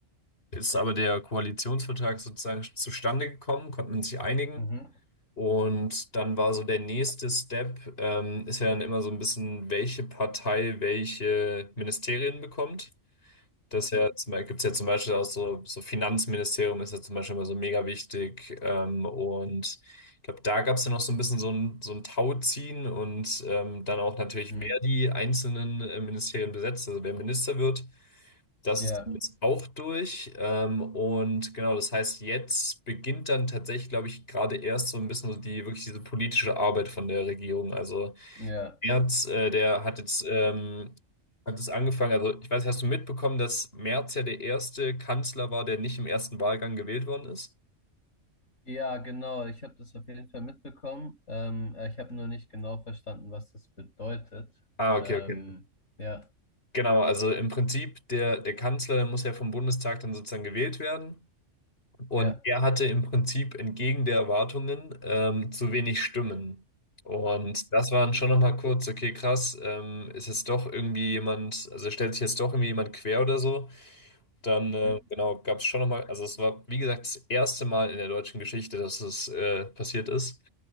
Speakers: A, on the left; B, on the left.
A: ist aber der Koalitionsvertrag sozusagen zustande gekommen, konnte man sich einigen.
B: Mhm.
A: Und dann war so der nächste Step, ähm, ist ja dann immer so ein bisschen, welche Partei welche Ministerien bekommt. Das
B: Mhm.
A: ja, gibt es ja zum Beispiel auch so, so Finanzministerium ist ja zum Beispiel immer so mega wichtig. Ähm, und ich glaube, da gab es ja noch so ein bisschen so ein, so ein Tauziehen und ähm, dann auch natürlich,
B: Mhm.
A: wer die einzelnen äh, Ministerien besetzt, also wer Minister wird. Das
B: Ja,
A: ist dann jetzt auch durch. Ähm, und genau, das heißt, jetzt beginnt dann tatsächlich, glaube ich, gerade erst so ein bisschen so die wirklich diese politische Arbeit von der Regierung. Also
B: ja.
A: Merz, äh, der hat jetzt ähm, hat es angefangen. Also ich weiß, hast du mitbekommen, dass Merz ja der erste Kanzler war, der nicht im ersten Wahlgang gewählt worden ist?
B: Ja, genau. Ich habe das auf jeden Fall mitbekommen. Ähm, äh, ich habe nur nicht genau verstanden, was das bedeutet.
A: Ah,
B: Ähm,
A: okay, okay.
B: ja,
A: Genau, also im Prinzip der der Kanzler der muss ja vom Bundestag dann sozusagen gewählt werden und
B: ja.
A: er hatte im Prinzip entgegen der Erwartungen ähm, zu wenig Stimmen. Und das waren dann schon nochmal kurz, okay, krass, ähm, ist jetzt doch irgendwie jemand, also stellt sich jetzt doch irgendwie jemand quer oder so. Dann,
B: Mhm.
A: äh, genau, gab es schon nochmal, also es war, wie gesagt, das erste Mal in der deutschen Geschichte, dass es äh, passiert ist.